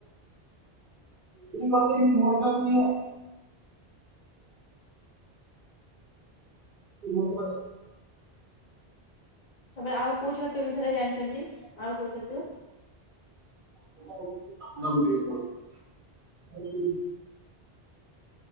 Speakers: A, on the right; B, on the left.
A: ଖଟେଇ ମୋ ଠାରୁ ନିଅ। <inaudible>
B: ତାପରେ ଆଉ କୋଉ ଛତୁ ବିଷୟରେ ଜାଣିଚନ୍ତି? ଆଉ କୋଉ ଛତୁ?
A: <unintelligible>